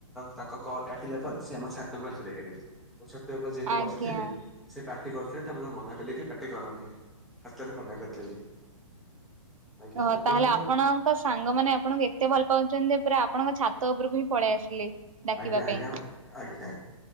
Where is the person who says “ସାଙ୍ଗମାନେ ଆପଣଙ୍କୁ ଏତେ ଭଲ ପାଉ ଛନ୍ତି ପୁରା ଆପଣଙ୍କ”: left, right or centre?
Right